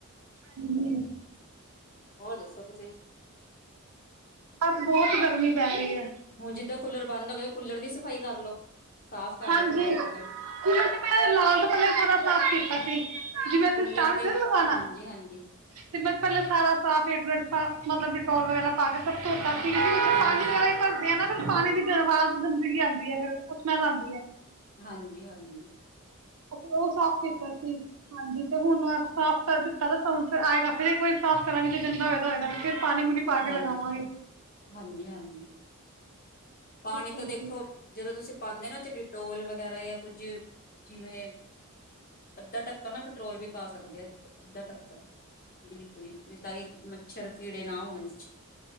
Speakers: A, on the right; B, on the left.
A: ਹਮਮ
B: ਹੋਰ ਦੱਸੋ ਤੁਸੀਂ
A: ਬਸ ਬਹੁਤ ਗਰਮੀ ਪੈ ਰਹੀ ਹੈ।
B: ਹੁਣ ਜਿੱਦਾਂ ਕੂਲਰ ਬੰਦ ਹੋ ਗਏ, ਕੂਲਰ ਦੀ ਸਫ਼ਾਈ ਕਰ ਲੋ। ਸਾਫ਼ ਕਰ
A: ਹਾਂਜੀ,
B: ਲੋ ਕੂਲਰ ਇੱਕਦਮ
A: ਕੂਲਰ ਤੇ ਮੈਂ ਲਾਨ ਤੋਂ ਪਹਿਲਾਂ ਹੀ ਸਾਰਾ ਸਾਫ਼ ਕੀਤਾ ਸੀ। ਜਿਵੇਂ ਅਸੀਂ
B: ਕੂਲਰ
A: <unintelligible>
B: ਦੇ
A: ਥੇ ਲਵਾਣਾ,
B: ਹਾਂਜੀ ਹਾਂਜੀ
A: ਤੇ ਮੈਂ ਪਹਿਲੇ ਸਾਰਾ ਸਾਫ਼ <unintelligible> ਮਤਲਬ ਡਿਟੋਲ ਵਗੈਰਾ ਪਾ ਕੇ ਸਭ ਤੋਂ ਤਾਂ ਸੀਰੀ, ਤੇ ਵਿੱਚ
B: ਹਾਂਜੀ
A: ਪਾਣੀ ਵੀ ਐਵੇਂ ਹੀ ਭਰਦੇ ਹਾ ਨਾ। ਫਿਰ ਪਾਣੀ ਦੀ ਜੋ ਆਵਾਜ਼ <unintelligible> ਆਂਦੀ ਏ, ਫਿਰ ਔ ਸਸੈਲ ਆਂਦੀ <unintelligible>
B: ਹਾਂਜੀ-ਹਾਂਜੀ।
A: ਉਹ ਔ ਸਾਫ਼ ਕੀਤਾ ਸੀ। ਹਾਂਜੀ ਤੇ ਹੁਣ <unintelligible> ਸਾਫ਼ ਕਰ ਦਿੱਤਾ ਤਾਂ ਸੋਨ ਚ ਆਏਗਾ, ਫਿਰ ਇੱਕ ਵਾਰੀ ਸਾਫ਼ ਕਰਾਂਗੀ ਜੇ ਗੰਦਾ ਹੋਏਗਾ-ਹੋਏਗਾ ਤੇ ਫਿਰ ਪਾਣੀ ਪੂਣੀ ਪਾ ਕੇ
B: ਹਾਂਜੀ,
A: ਲਗਾਵਾਂਗੇ।
B: ਹਾਂਜੀ, ਹਾਂਜੀ ਪਾਣੀ
A: ਇਸ ਕਰਕੇ
B: ਤਾਂ ਦੇਖੋ ਜਦੋਂ ਤੁਸੀਂ ਪਾਉਦੇ ਆ ਨਾ ਚ ਡਿਟੋਲ ਵਗੈਰਾ ਜਾਂ ਕੁੱਝ ਜਿਵੇਂ ਅੱਧਾ ਟਕਨ ਨਾ ਪੈਟਰੋਲ ਵੀ ਪਾ ਸਕਦੇ ਆ। ਅੱਧਾ ਟੱਕਨ, ਬਿਲਕੁਲ ਹੀ। ਨਹੀਂ ਤਾਂ ਏ ਮੱਛਰ, ਕੀੜੇ ਨਾ ਹੋਣ ਵਿੱਚ।